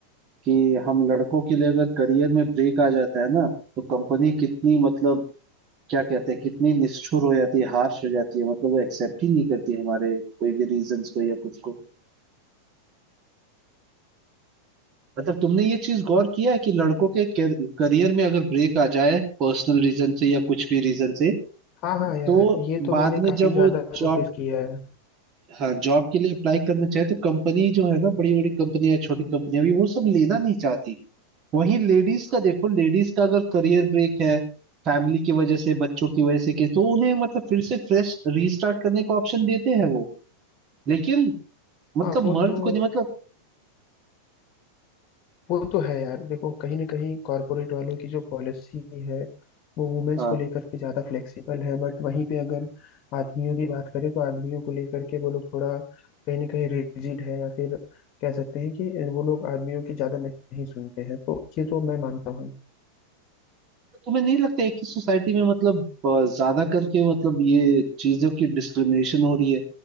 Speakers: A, on the right; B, on the left.
A: कि हम लड़कों के लिए अगर करियर में ब्रेक आ जाता है ना तो कंपनी कितनी मतलब क्या कहते हैं कितनी निष्ठुर हो जाती है हार्श हो जाती है मतलब वो एक्सेप्ट ही नहीं करती हमारे कोई भी रीजंस को या कुछ को मतलब तुमने ये चीज गौर किया है कि लड़कों के करियर में अगर ब्रेक आ जाए पर्सनल रीजन से या कुछ भी रीजन से
B: हाँ हाँ यार
A: तो
B: ये तो मैंने
A: बाद में
B: काफी
A: जब
B: ज्यादा
A: वो जॉब
B: नोटिस किया है
A: हाँ जॉब के लिए अप्लाई करना चाहे तो कंपनी जो है ना बड़ी बड़ी कंपनियां छोटी कंपनियां भी वो सब लेना नहीं चाहती वहीं लेडीज का देखो लेडीज का अगर करियर ब्रेक है फैमिली की वजह से बच्चों की वजह से कि तो उन्हें मतलब फिर से फ्रेश रीस्टार्ट करने का ऑप्शन देते हैं वो लेकिन मतलब
B: हाँ वो
A: मर्द
B: तो
A: को नहीं मतलब
B: वो तो है यार देखो कहीं ना कहीं कॉर्पोरेट वालों की जो पॉलिसी है वो वुमेन्स
A: हाँ,
B: को लेकर के ज्यादा फ्लेक्सिबल है बट वहीं पे अगर आदमियों की बात करें तो आदमियों को लेकर के वो लोग थोड़ा कहीं ना कहीं रिजिड है या फिर कह सकते हैं कि वो लोग आदमियों की ज्यादा नहीं सुनते हैं तो ये तो मैं मानता हूँ
A: तो तुम्हें नहीं लगता है कि सोसाइटी में मतलब अ, ज्यादा करके मतलब ये चीजों की डिस्क्रिमिनेशन हो रही है